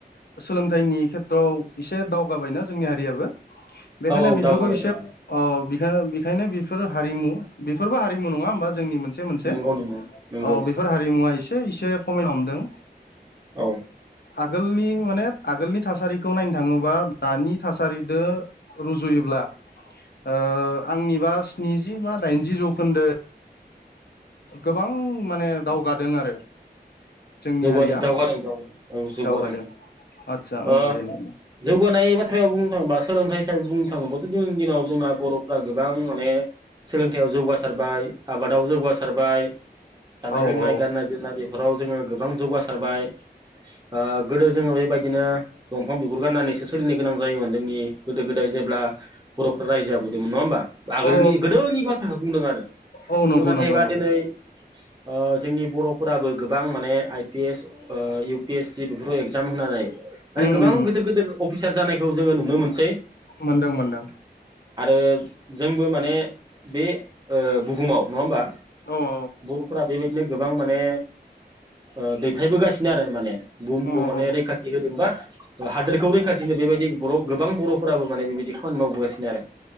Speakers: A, on the left (about 70°); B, on the right (about 25°).
A: सोलोंथाइनि खेथ्रआव एसे दावगाबायना जोंनि हारियाबो बेखायनो
B: औ औ
A: बेफोरखौ
B: दावगाबाय
A: इसे
B: दावगाबाय
A: अ बेखायनो बेफोर हारिमु बेफोरबो हारिमु नङा होमबा जोंनि मोन- से मोनसेओ
B: नंगौ नंगौ नंगौ
A: बेफोर हारिमुवा इसे एसे खमायनो हमदों
B: औ
A: आगोलनि माने आगोलनि थासारिखौ नायनो थाङोबा दानि थासारिदो रुजुयोब्ला
B: <unintelligible>
A: ओ आंनिबा स्निजि बा दाइनजि जौखोन्दो गोबां माने दावगादों आरो जोंनि
B: जौगादों
A: हारिया
B: दावगादों - दावगादों औ जौगादों
A: दावगादों आदसा ओम
B: ओ
A: बेनो
B: जौगानाय बाथ्रायाव बुंनो थाङोबा सोलोंथाइ बुंनो थाङोब्लाथ' दिनैनि दिनाव जोंना बर'फ गोबां माने सोलोंथाइयाव जौगासारबाय आबादाव जौगासारबाय जानाय
A: औ
B: - लोंनाय,
A: औ
B: गाननाय -जोमनाय बेफोराव जोङो गोबां जौगासारबाय ओ गोदो जोङो बेबायदिनो दंफां बिगुर गाननानैसो सोलिनो गोनां जायोमोन जोंनि गोदो - गोदाय जों जेब्ला बर'फ्रा रायजो जाबोदोंमोन नङा होमबा आगोलनि
A: औ
B: गोदोनि बाथ्राखौ बुंदों आरो
A: औ
B: खिन्थु
A: नंगौ
B: नाथायबा
A: नंगौ नंगौ
B: दिनै ओ जोंनि बर' फोराबो गोबां माने आइ पि एस ओ इउ पि एस सि बेफोराव एग्जाम होनानै माने
A: उम
B: गोबां
A: उम उम
B: गिदिर गिदिर अफिसार जानायखौ जोङो नुनो मोनसै
A: मोनदों मोनदों
B: आरो जोंबो माने बे ओ बुहुमाव नङा होमबा
A: औ औ
B: बर'फोरा बेबायदिनो गोबां माने ओ दैथायबोगासिनो आरो माने बुहुमखौ
A: औ
B: माने
A: औ
B: रैखाथि होदोंबा हादोरखौ रैखाथिनो बेबायदि बर' गोबां बर'फोराबो माने बेबायदि खामानि मावबोगासिनो आरो